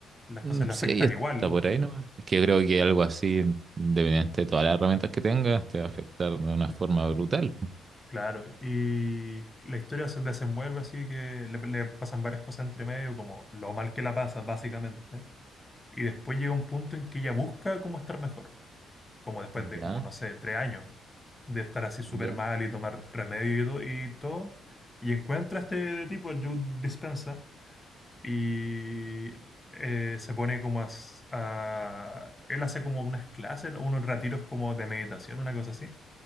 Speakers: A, on the left (about 20°); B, on the right (about 40°).
A: las
B: Mm,
A: cosas le
B: Sí,
A: afectan
B: está
A: igual.
B: por ahí nomás. Es que yo creo que algo así, independiente de todas las herramientas que tengas, te va a afectar de una forma brutal. po.
A: Claro, y la historia se desenvuelve así que le, le pasan varias cosas entre medio, como lo mal que la pasa, básicamente. Y después llega un punto en que ella busca cómo estar mejor, como después de,
B: Ya,
A: como no sé, tres años de estar así súper
B: ya.
A: mal y tomar remedio y todo, y todo. Y encuentra a este tipo, el Joe Dispensa y eh, se pone como a, s- a- Él hace como unas clases, unos retiros como de meditación, una cosa así.